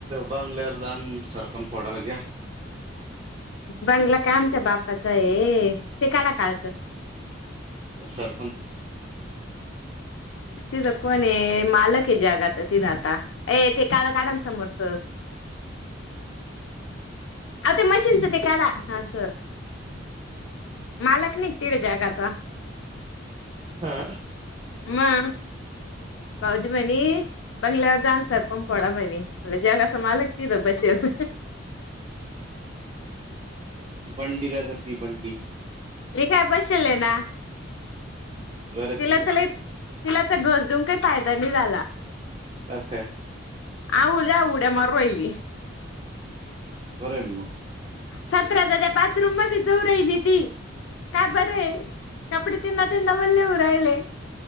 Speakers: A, on the right (about 30°); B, on the left (about 75°).
A: बलेवर दान सरपंन पडाग
B: बंगला का आमच्या बापाच आहे ते काला काळच
A: प सार
B: त तर कने मालक हे जगात ते जाता अ ते का काढाल समोरच आ ते मशीनच ते काढा हा स मालक न तिड जगाचा
A: हा
B: मग भाऊजी म्हनि बंगल्यावर जा सरपण पडा म्ह मला जग <unintelligible> अस मालक त त बसेल
A: बंडी का घती बंडी <inaudible>
B: हे काय बसेल आहे ना
A: घर तिथं
B: तिला चला तिला तर घस <unintelligible> दे <unintelligible> काही फादा नाही झाला
A: ओ <unintelligible> काय
B: उद्या <unintelligible> उड्या मारूराहिली
A: बल <unintelligible>
B: सतरा हजार च्या बाथरूम मध्ये जाऊ राहिली ती काय बरे कपडे तिनदा तंदा <unintelligible> मणलेह राहिले